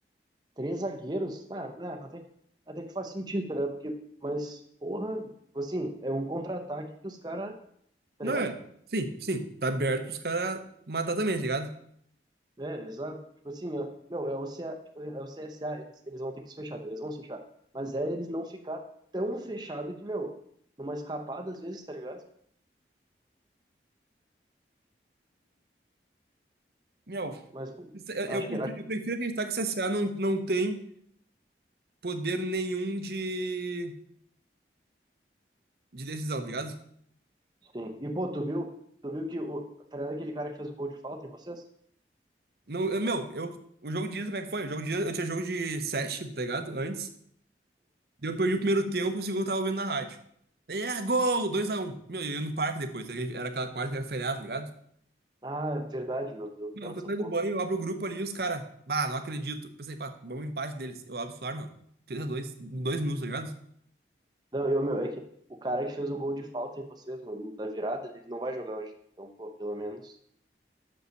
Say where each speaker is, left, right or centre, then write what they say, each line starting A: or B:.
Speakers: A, on the right; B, on the right.
A: Três zagueiros, tá, né, até, que, até que faz sentido, né? Porque, mas, porra, tipo assim, é um contra-ataque que os caras, tá
B: Não
A: ligado?
B: é? Sim, sim. Tá aberto pros caras matar também, tá ligado?
A: É, exato. Tipo assim, ó, meu, é o, CA, tipo, é o CSA, eles, eles vão ter que se fechar, eles vão se fechar. Mas é eles não ficar tão fechado que, meu, numa escapada às vezes, tá ligado?
B: Meu,
A: Mas pô,
B: Eu,
A: acho
B: eu prefiro,
A: que, acho
B: eu prefiro acreditar que o CSA não, não tem poder nenhum de, de decisão, tá ligado?
A: que sim. E, pô, tu viu, tu viu que o, tá ligado aquele cara que fez o gol de falta em vocês?
B: Não, eu- meu, eu, o jogo de ida, como é que foi? O jogo de ida, eu tinha jogo de sete, tá ligado? Antes. Daí Eu perdi o primeiro tempo, o segundo eu tava ouvindo na rádio. É, gol! dois a um Meu, eu ia no parque depois, era aquela quarta que era feriado, tá ligado?
A: Ah, é verdade, meu Deus,
B: Meu,
A: lembro
B: eu tô
A: dessa
B: saindo
A: porra.
B: do banho, eu abro o grupo ali e os caras. Bah, não acredito. Pensei, pá, vamos empate deles. Eu abro o celular, meu. 3x2, em dois minutos, tá ligado?
A: Não, eu, meu, é que o cara que fez o gol de falta em vocês, mano, da virada, ele não vai jogar hoje. Então, pô, pelo menos,